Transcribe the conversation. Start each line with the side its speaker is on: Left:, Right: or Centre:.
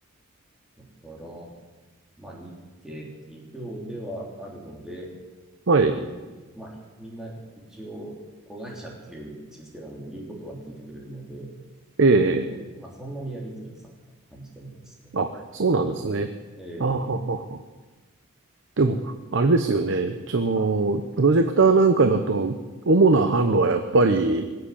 Centre: だから、まあ、日系企業ではあるので、
Right: はい。
Centre: うん、まあ、みんな一応、子会社っていう位置づけなので、言うことは聞いてくれるので、
Right: ええ。
Centre: えーまあ、そんなにやりづらさは感じてないですね。
Right: あ、そうなんですね。
Centre: うん、えー
Right: あははは。でも、あれですよね。その、
Centre: は
Right: プロジェクターなんかだと、主な販路はやっぱり、